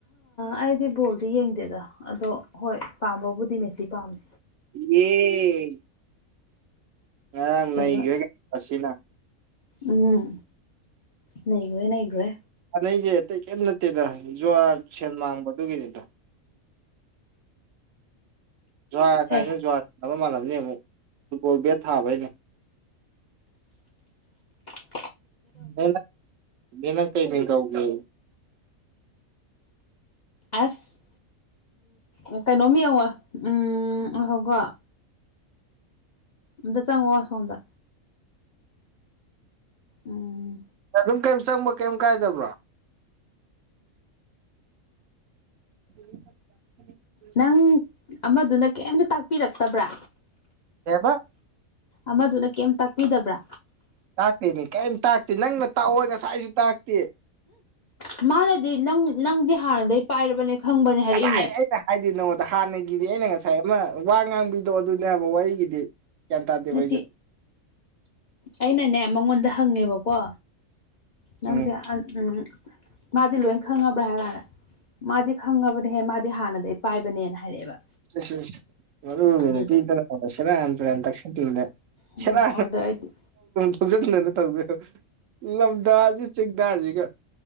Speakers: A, on the left; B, on the right.
A: ꯑꯩꯗꯤ ꯕꯣꯜꯗꯤ ꯌꯦꯡꯗꯦꯗ ꯑꯗꯣ ꯍꯣꯏ ꯄꯥꯝꯕꯕꯨꯗꯤ ꯃꯦꯁꯤ ꯄꯥꯝꯃꯦ
B: ꯌꯦ ꯉꯔꯥꯡ
A: ꯀꯩꯅꯣ
B: ꯅꯩꯈ꯭ꯔꯦꯒ ꯑꯁꯤꯅ
A: ꯎꯝ ꯅꯈ꯭ꯔꯦ ꯅꯈ꯭ꯔꯦ
B: ꯐꯥꯟꯅꯩꯁꯦ ꯑꯇꯩ ꯀꯔꯤꯝ ꯅꯠꯇꯦꯗ ꯖꯨꯍꯔ ꯁꯦꯜ ꯃꯥꯡꯕꯗꯨꯒꯤꯅꯤꯗ ꯖꯨꯍꯔ ꯀꯥꯏꯅ
A: ꯍꯦ
B: ꯖꯨꯍꯔꯅꯕ ꯃꯥꯟꯅꯕꯅꯤ ꯑꯃꯨꯛ ꯐꯨꯠꯕꯣꯜ ꯕꯦꯠ ꯊꯥꯕꯩꯅꯦ
A: ꯎꯝ
B: ꯃꯦ ꯃꯦꯅꯛ ꯀꯩ ꯃꯤ ꯀꯧꯒ
A: ꯑꯁ ꯎꯝ ꯀꯩꯅꯣꯝ ꯌꯦꯡꯉꯣ ꯎꯝ ꯑ ꯍꯣꯏꯀꯣ ꯑꯝꯇ ꯆꯪꯉꯣ ꯑꯁꯣꯝꯗ ꯎꯝ
B: ꯑꯗꯨꯝ ꯀꯩꯝ ꯆꯪꯕ ꯀꯩꯝ ꯀꯥꯏꯗꯕ꯭ꯔꯣ <unintelligible>
A: ꯅꯪ ꯑꯃꯗꯨꯅ ꯀꯩꯝꯇ ꯇꯥꯛꯄꯤꯔꯛꯇꯕ꯭ꯔꯥ
B: ꯍ
A: ꯑꯃꯗꯨꯅ ꯀꯔꯤꯝ ꯇꯥꯛꯄꯤꯗꯕ꯭ꯔꯥ
B: ꯇꯥꯛꯇꯦ ꯃꯤ ꯀꯔꯤꯝ ꯇꯥꯛꯇꯦ ꯅꯪꯅ ꯇꯥꯛꯑꯣꯏ ꯉꯁꯥꯏꯁꯨ ꯇꯥꯛꯇꯦ
A: ꯎ ꯃꯥꯅꯗꯤ ꯅꯪ ꯅꯪꯗꯤ ꯍꯥꯟꯅꯗꯒꯤ ꯄꯥꯏꯔꯕꯅꯦ ꯈꯪꯕꯅꯦ ꯍꯥꯏꯔꯛꯏꯅꯦ
B: ꯀꯗꯥꯏ ꯑꯩꯅ ꯍꯥꯏꯗꯣꯏ ꯅꯉꯣꯟꯗ ꯍꯥꯟꯅꯒꯤꯗꯤ ꯑꯩꯅ ꯉꯁꯥꯏ ꯑꯃ ꯋꯥ ꯉꯥꯡꯕꯤꯗꯣ ꯑꯗꯨꯅꯦꯕ ꯋꯥꯔꯤꯒꯤꯗꯤ ꯒꯌꯥꯟ ꯇꯥꯗꯦ
A: ꯅꯠꯇꯦ
B: ꯑꯩꯁꯨ
A: ꯑꯩꯅꯅꯦ ꯃꯉꯣꯟꯗ ꯍꯪꯉꯦꯕꯀꯣ ꯅꯪꯁꯦ
B: ꯎꯝ
A: ꯎꯝ ꯃꯥꯗꯤ ꯂꯣꯏ ꯈꯪꯉꯕ꯭ꯔꯥ ꯍꯥꯏꯇꯥꯅꯦ ꯃꯥꯗꯤ ꯈꯪꯉꯕꯅꯦꯍꯦ ꯃꯥꯗꯤ ꯍꯥꯟꯅꯗꯒꯤ ꯄꯥꯏꯕꯅꯦꯅ ꯍꯥꯏꯔꯛꯑꯦꯕ
B: ꯑ <unintelligible> ꯑꯗꯨ
A: ꯑꯗꯨꯗ
B: ꯅꯨ ꯄꯤꯗ ꯁꯤꯦꯔꯟꯇ꯭ꯔꯅ ꯇꯛꯁꯟꯂꯦ
A: ꯎꯝ
B: ꯁꯤꯔ
A: ꯑꯗꯨꯗ ꯑꯩꯗꯤ
B: ꯊꯧꯖꯟꯗꯅ ꯇꯧꯗꯣꯏ ꯂꯝꯗꯥꯁꯤ ꯆꯦꯡꯗꯥꯁꯤꯒ